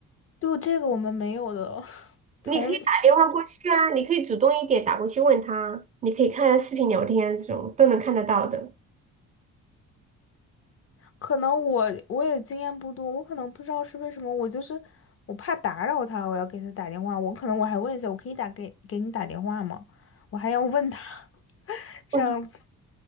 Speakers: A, on the left (about 45°); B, on the right (about 25°).
A: 这个我们没有的，<laughs>
B: 你可以打电话过去啊，
A: 从一
B: 你可以主动一点打过去问他，你可以看视频聊天这种都能看得到的。
A: 可能我我也经验不多，我可能不知道是为什么，我就是我怕打扰他，我要给他打电话，我可能我还问一下，我可以打给给你打电话吗？我还要问他 <laughs>，这样子。
B: <laughs> 我